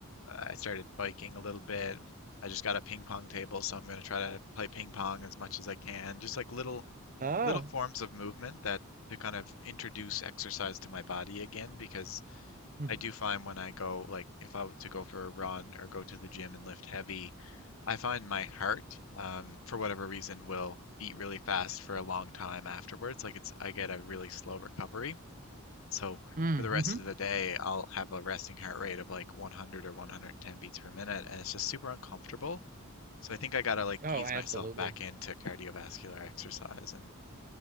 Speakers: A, on the left; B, on the right.
A: I started biking a little bit. I just got a ping pong table, so I'm going to try to play ping pong as much as I can. Just like little
B: Oh,
A: little forms of movement that to kind of introduce exercise to my body again because
B: Mm-hmm.
A: I do find when I go like if I were to go for a run or go to the gym and lift heavy, I find my heart um for whatever reason will beat really fast for a long time afterwards. Like it's I get a really slow recovery. So
B: Mm-hmm.
A: for the rest of the day, I'll have a resting heart rate of like 100 or 110 beats per minute and it's just super uncomfortable. So I think I gotta like
B: Oh,
A: ease
B: absolutely.
A: myself back into cardiovascular exercise and